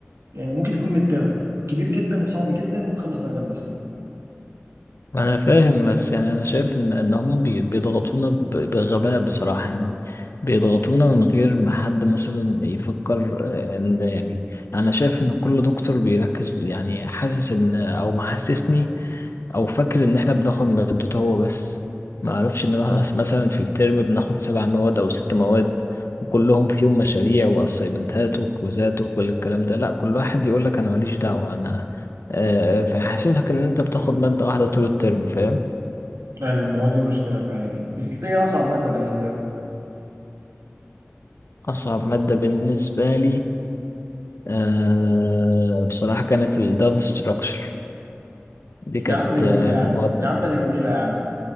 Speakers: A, on the right (about 80°); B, on the left (about 65°).
A: يعني ممكن يكون متر كبير جدا وصعب جدا وبخمس درجات بس
B: انا فاهم بس يعني انا شايف ان ان هم بيضغطونا ب- بغباء بصراحة يعني بيضغطونا من غير ما حد مثلا يفكر آه، ان يعني انا شايف ان كل دكتور بيركز يعني حاسس ان او محسسني او فاكر ان احنا بناخد مادته هو بس ما اعرفش ان
A: مم.
B: مس- مثلا في الترم بناخد سبع مواد او ست مواد وكلهم فيهم مشاريع واسايمنتات وكوزات وكل الكلام ده لا كل واحد يقول لك انا ماليش دعوة انا آه، فحاسسك ان انت بتاخد مادة واحدة طول الترم فاهم
A: ايوه ما هو دي المشكله فعلا دي اصعب ماده بالنسبه لي
B: اصعب مادة بالنسبة لي آه، بصراحة كانت الداتا ستراكشر دي كانت
A: يا عم دي جميله
B: آه،
A: يا
B: من
A: عم
B: المواد
A: يا عم دي جميله يا عم